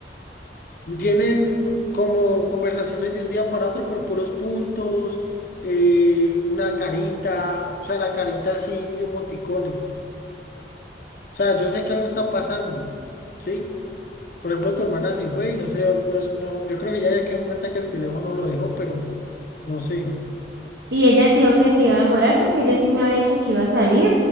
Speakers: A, on the left; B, on the right.
A: tienen como conversaciones de un día para otro por puros puntos, eh, una carita, o sea, la carita así, emoticones. O sea, yo sé que algo está pasando, ¿sí? Por ejemplo, tu hermana se fue y no sé, no, no- yo creo que ya ya quedó en cuenta que el teléfono lo dejó, pero no sé.
B: y ella dijo que se iba a demorar porque ella sí me había dicho que iba a salir,